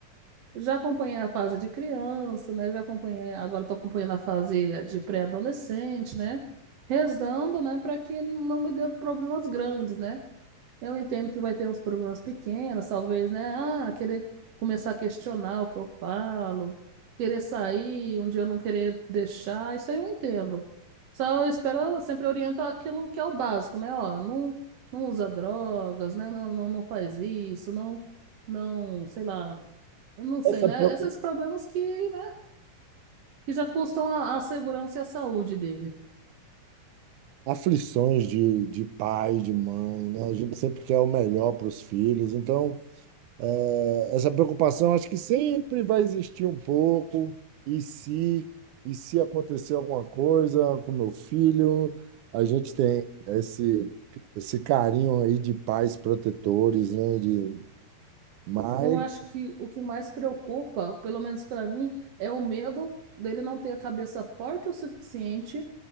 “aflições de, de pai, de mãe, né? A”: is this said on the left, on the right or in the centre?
Right